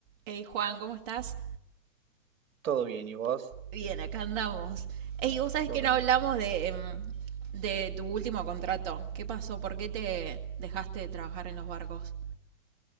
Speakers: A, on the right (about 40°); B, on the right (about 70°).
A: Hey Juan, ¿cómo estás?
B: Todo bien, ¿y vos?
A: Bien, acá andamos. Hey, vos sabés
B: Qué
A: que
B: bueno.
A: no hablamos de, em, de tu último contrato. ¿Qué pasó? ¿Por qué te dejaste de trabajar en los barcos?